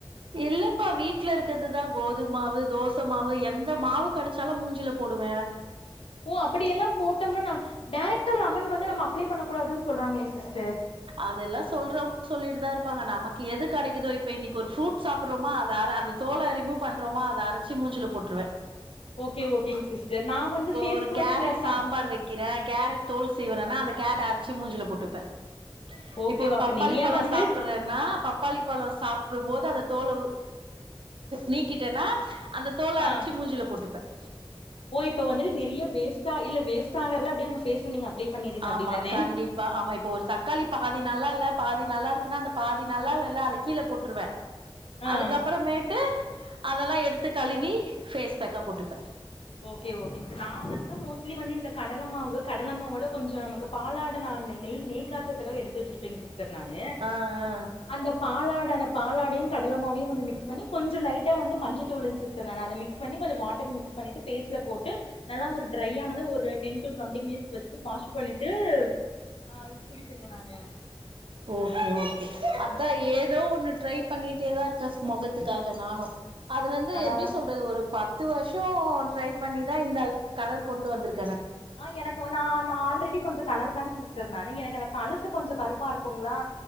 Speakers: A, on the right; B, on the left.
A: இல்லப்பா வீட்டுல இருக்கிறதுதான் கோதுமவு தோசை மாவு எந்த மாவு கிடைச்சாலும் மூஞ்சில போடுவேன்
B: ஓ அப்படிய எல்லாம் போட்டோம்ன நான் டரக்டர் லமன் வந்து நம்ம அப்ளை பண்ணக் கூடாதுன்னு சொல்றாங்களே சிஸ்டர்
A: அதெல்லாம் சொல்றவங்க சொல்லிட்டுதான் இருப்பாங்க நமக்கு எது கிடைக்குதோ இப்ப இன்னைக்கு ஒரு ஃப்ரூட் சாப்பிறோமா அதை அ அந்த தோலை ரிமூவ் பண்றோமா அதை அரைச்சு மூஞ்சு போட்ருவேன்
B: ஓகே ஓகேங்க சிஸ்டர் நான் வந்து பேஸ்க
A: ஒரு
B: வந்து
A: கேரட்
B: இந்த கா
A: சாம்பார் வெக்கிறே கேரட் தோல் சீவறன்னா அந்த கேரட் அரைச்சு மூஞ்சில போட்டுப்பேன்
B: ஓகே
A: இப்ப ஒரு
B: அப்ப
A: பப்பாளி
B: நெறைய
A: பழம்
B: வந்து
A: சாப்புறேன்னா பப்பாளி பழம் சாப் <unintelligible> போது அந்த தோல உ நீக்கிட்டேன்னா அந்த தோல
B: ஆ
A: அரச்சி மூஞ்சில போட்டுப்பேன்
B: ஓ இப்ப வந்துட்டு நிறைய வேஸ்ட்டா இல்ல வேஸ்ட் ஆகுறதுல அப்படிய உங்க பேஸ்ல நீங்க அப்ளை பண்ணீறீங்க அப்டிதானே
A: ஆமா கண்டிப்பா ஆமா இப்போ ஒரு தக்காளி பாதி நல்லால்ல பாதி நல்லா இருக்குன்னா அந்த பாதி நல்லால்ல அத கீழே போட்ருவேன்
B: ஆ
A: அதுக்கப்புறமேட்டு அதெல்லாம் எடுத்து கழுவி ஃபேஸ் பேக்கா போட்டு
B: ஓகே ஓகே ஸ் நா வந்து மோஸ்ட்லி வந்து இந்த கடல மாவு கடலமாவோட கொஞ்சம் நமக்கு பாலாட நா நா நெய் நெய் காய்ச்றதுக்காக எடுத்து வச்சிருப்பேன் சிஸ் <unintelligible> நானு
A: ஆ ஆ
B: அந்த பாலாட அந்த பாலாடையும் கடலமாவையும் வந்து மிக்ஸ் பண்ணி கொஞ்சம் லைட் <unintelligible> வந்து மஞ்சத்தூள் சிஸ் நான் அத மிக்ஸ் பன்னி கொஞ்சம் வாட்டர் மிக் பண்ணிட்டு பேஸ் ல போட்டு நல்லா ஒரு ட்ரை ஆனது ஒரு டென் டு தொண்டி மினிட்ஸ் வச்ட்டு வாஷ் பண்ணிட்டு ஆஹ் குளிப்பேங்க நானு
A: ஓகே ஓகே அதான் ஏதோ ஒண்ணு ட்ரை பண்ணிட்டேதான் இருக்கா ஸ் மொகத்துக்காக நானும் அதுலந்து
B: அதாதாங்
A: எப்டி சொல்றது ஒரு ப பத்து வருஷம் ட்ரை பண்ணிதான் இந்தள் கலர் கொண்டு வந்திருக்
B: ஆஹ் எனக்கு வந்து நான் நா ஆல்ரெடி கொஞ்சம் கலர்தாங்க சிஸ் டர் நானு எனக் எனக் கழுத்து கொஞ்சம் கருப்பா இருக்குங்களா